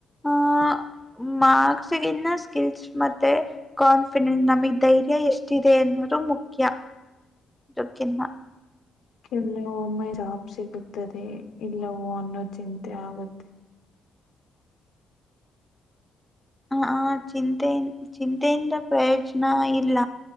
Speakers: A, in the centre; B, on the left (about 70°).
A: ಆ ಮಾರ್ಕ್ಸ ಗಿನ್ನ ಸ್ಕಿಲ್ಸ್ ಮತ್ತೆ ಕಾನ್ಫಿಡೆನ್ಸ್ ನಮಗೆ ಧೈರ್ಯ ಎಷ್ಟಿದೆ ಅನ್ನೋದು ಮುಖ್ಯ. ಅದುಕಿನ್ನ
B: ಕೆಲ್ಲವೂಮ್ಮೆ ಜಾಬ್ ಸಿಗುತ್ತದೆ ಇಲ್ಲವೋ ಅನ್ನೋ ಚಿಂತೆ ಆಗುತ್ತೆ
A: ಹ ಚಿಂತೆೆಯಿಂದ -ಚಿಂತೆಯಿಂದ ಪ್ರಯೋಜನ ಇಲ್ಲ.